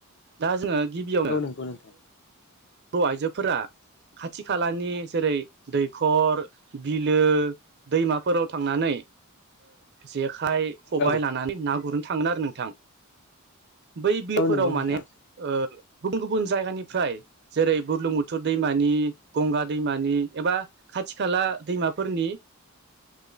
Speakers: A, on the right; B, on the left.
A: दा जोङो गिबियावनो
B: औ नंगौ नोंथां
A: बर' आइजोफोरा खाथि खालानि जेरै दैखर बिलो। दैमाफोराव थांनानै जेखाइ खबायाइ
B: औ
A: लानानै ना गुरनो थाङोन आरो नोंथां बै बिलफोराव
B: औ नंगौ नोंथां
A: माने। गुबुन गुबुन जायगानिफ्राय जेरै बुरलुं बुथुर दैमानि गंगा दैमानि एबा खाथि खाला दैमाफोरनि।